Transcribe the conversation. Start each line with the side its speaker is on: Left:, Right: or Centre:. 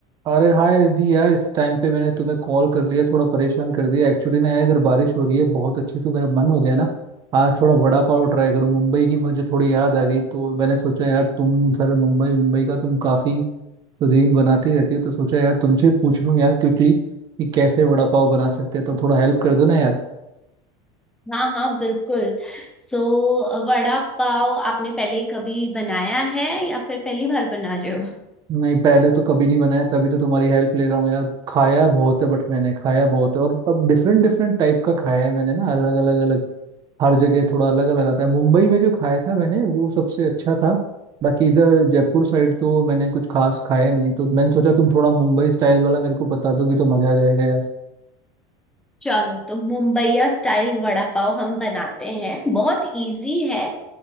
Right: अरे हाय रिद्धि यार इस टाइम पे मैंने तुम्हें कॉल कर लिया थोड़ा परेशान कर दिया एक्चुअली ना यार इधर बारिश हो रही है बहुत अच्छी तो मेरा मन हो गया ना आज थोड़ा वड़ा पाव ट्राई करूं मुंबई की मुझे थोड़ी याद आ गई तो मैंने सोचा यार तुम उधर मुंबई मुंबई का तुम काफी कुजीन बनाती रहती हो तो सोचा यार तुमसे पूछ लूं यार क्विकली कि कैसे वड़ा पाव बना सकते हैं तो थोड़ा हेल्प कर दो ना यार
Centre: हाँ हाँ बिल्कुल सो वड़ा पाव आपने पहले कभी बनाया है या फिर पहली बार बना रहे हो
Right: नहीं पहले तो कभी नहीं बनाया तभी तो तुम्हारी हेल्प ले रहा हूँ यार खाया बहुत है बट मैंने खाया बहुत है और अब डिफरेंट डिफरेंट टाइप का खाया है मैंने ना अलग अलग हर जगह थोड़ा अलग अलग आता है मुंबई में जो खाया था मैंने वो सबसे अच्छा था बाकी इधर जयपुर साइड तो मैंने कुछ खास खाया नहीं है तो मैंने सोचा तुम थोड़ा मुंबई स्टाइल वाला मेरे को बता दोगे तो मजा आ जाएगा यार
Centre: चलो तो मुंबईया स्टाइल वड़ा पाव हम बनाते हैं बहुत इजी है